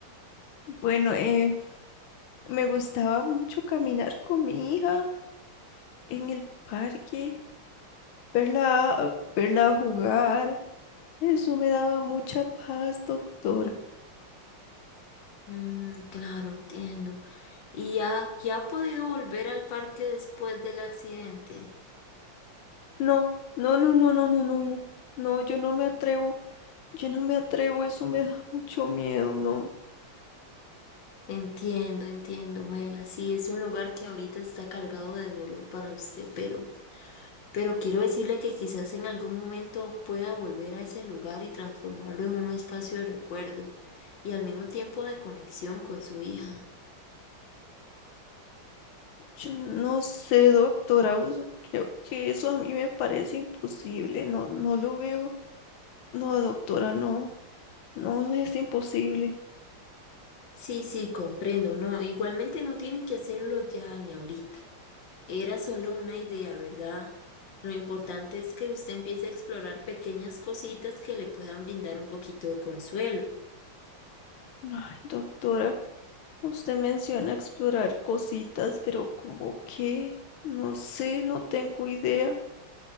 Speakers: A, on the left (about 80°); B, on the left (about 65°).
A: Bueno, eh, me gustaba mucho caminar con mi hija en el parque, verla, verla jugar. Eso me daba mucha paz, doctora.
B: Mm, claro, entiendo. ¿Y ha, y ha podido volver al parque después del accidente?
A: No, no, no, no, no, no, no, no, no, yo no me atrevo, yo no me atrevo, eso me da mucho miedo, no,
B: Entiendo, entiendo, Mela. Sí, es un lugar que ahorita está cargado de dolor para usted, pero pero quiero decirle que quizás en algún momento pueda volver a ese lugar y transformarlo en un espacio de recuerdo y al mismo tiempo de conexión con su hija.
A: yo no sé, doctora, us- creo que eso a mí me parece imposible, no, no lo veo, no, doctora, no, no es imposible.
B: Sí, sí, comprendo, no, igualmente no tienen que hacerlo ya ni ahorita. Era solo una idea, ¿verdad? Lo importante es que usted empiece a explorar pequeñas cositas que le puedan brindar un poquito de consuelo.
A: Ay, doctora, usted menciona explorar cositas, pero ¿cómo qué? No sé, no tengo idea.